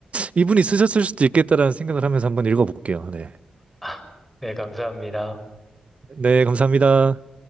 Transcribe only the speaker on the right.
이분이 쓰셨을 수도 있겠다라는 생각을 하면서 한번 읽어볼게요. 네.
네, 감사합니다.